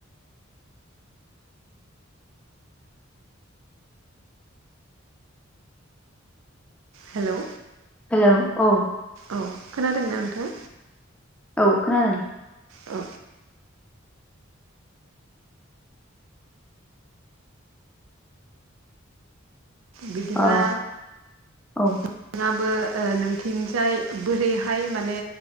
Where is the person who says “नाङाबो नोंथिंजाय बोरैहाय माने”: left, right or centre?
Right